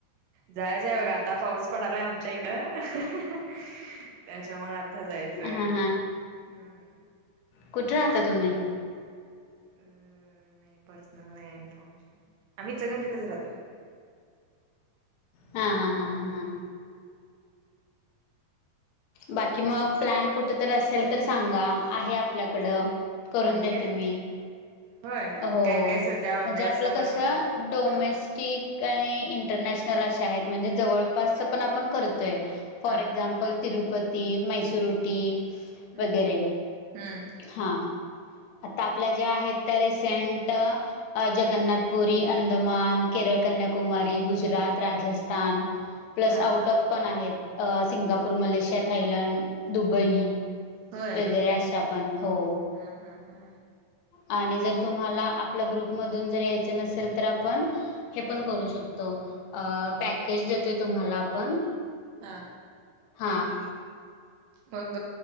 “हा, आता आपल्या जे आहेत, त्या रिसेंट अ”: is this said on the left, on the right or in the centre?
Left